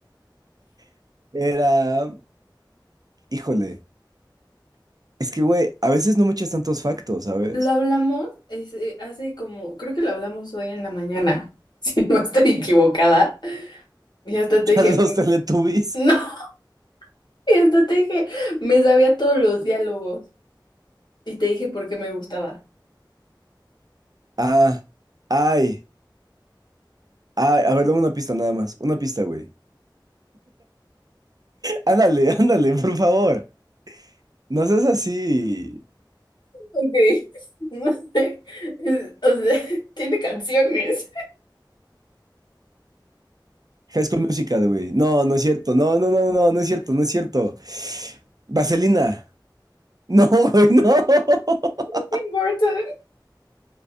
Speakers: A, on the right; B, on the left.
A: <laughs> era... Híjole, es que, güey, a veces no me echas tantos factos, ¿sabes?
B: Lo hablamos este, hace como, creo que lo hablamos hoy en la mañana, <laughs> si no estoy equivocada. Y hasta
A: <laughs>
B: te dije,
A: La de los Teletubbies.
B: "Mm, no, <laughs> y hasta te dije, me sabía todos los diálogos y te dije por qué me gustaba.
A: Ah, ay, ay, a ver, dame una pista nada más, una pista, güey. Ándale, <laughs> ándale, por favor. No seas así.
B: Ok, <laughs> no sé, es- o sea, <laughs> tiene canciones.
A: High School Musical, güey. No, no es cierto. No, no, no, no, no es cierto, no es cierto. Vaselina. <laughs> No, güey, no. <laughs>
B: Tim Burton,